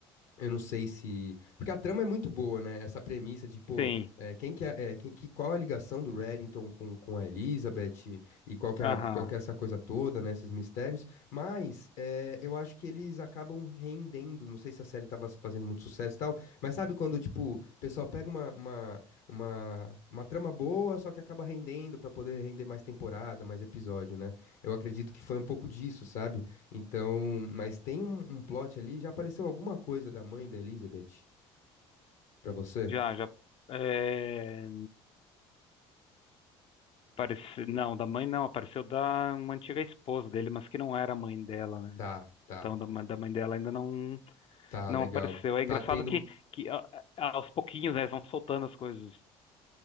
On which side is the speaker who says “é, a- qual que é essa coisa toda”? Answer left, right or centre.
Left